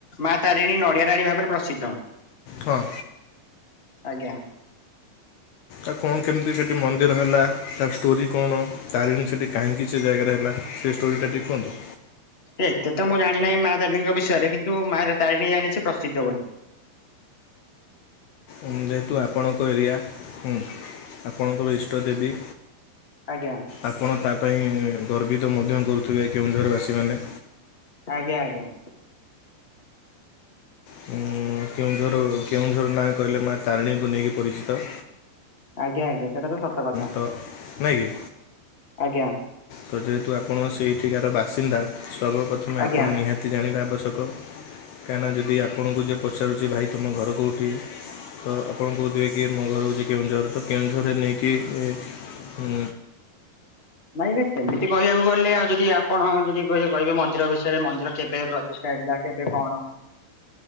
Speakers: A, on the left; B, on the left.
A: ମା ତାରିଣୀ ନଡିଆ ରାଣୀ ଭାବରେ ପ୍ରସିଦ୍ଧ।
B: ହଁ।
A: ଆଜ୍ଞା।
B: ଆଉ କଣ କେମିତି ସେଠି ମନ୍ଦିର ହେଲା ତା ଷ୍ଟୋରି କଣ ତାରିଣୀ ସେଠି କାହିଁକି ସେ ଜାଗାରେ ହେଲା? ସେ ଷ୍ଟୋରିଟା ଟିକେ କୁହନ୍ତୁ?
A: ଏତେ ତ ମୁଁ ଜାଣିନାହିଁ ମା ତାରିଣୀଙ୍କ ବିଷୟରେ କିନ୍ତୁ ମା ତାରିଣୀ ଜାଣିଛି ପ୍ରସିଦ୍ଧ ବୋଲି।
B: ଯେହେତୁ ଆପଣଙ୍କ ଏରିଆ ହୁଁ ଆପଣଙ୍କର ଇଷ୍ଟ ଦେବୀ।
A: ଆଜ୍ଞା।
B: ଆପଣ ତା ପାଇଁ ଇ ଗର୍ବିତ ମଧ୍ୟ କରୁଥିବେ କେଉଁଝର ବାସୀମାନେ।
A: ଆଜ୍ଞା ଆଜ୍ଞା।
B: ହୁଁ କେଉଁଝର କେଉଁଝର ନା କହିଲେ ମା ତାରିଣୀଙ୍କୁ ନେଇକି ପରିଚିତ।
A: ଆଜ୍ଞା ଆଜ୍ଞା ସେଇଟା ତ ସତ କଥା
B: ତ ନାଇଁ କି
A: ଆଜ୍ଞା।
B: ତ ଯେହେତୁ ଆପଣ ସେଇଠିକାର ବାସିନ୍ଦା ସର୍ବପ୍ରଥମେ
A: ଆଜ୍ଞା।
B: ଆପଣ ନିହାତି ଜାଣିବା ଆବଶ୍ୟକ। କାହିଁକିନା ଯଦି ଆପଣଙ୍କୁ ଯିଏ ପଚାରୁଛି ଭାଇ ତୁମ ଘର କେଉଁଠି ତ ଆପଣ କହୁଥିବେ କି ମୋ ଘର ହଉଛି କେଉଁଝର ତ କେଉଁଝରରେ ନେଇକି ଏ ଉଁ
A: ନାଇଁ ଆଜ୍ଞା ସେମିତି କହିବାକୁ ଗଲେ ଆଉ ଯଦି ଆପଣ ଯଦି କେବେ କହିବେ ମନ୍ଦିର ବିଷୟରେ ମନ୍ଦିର କେବେ ପ୍ରତିଷ୍ଠା ହେଇଥିଲା କେବେ କଣ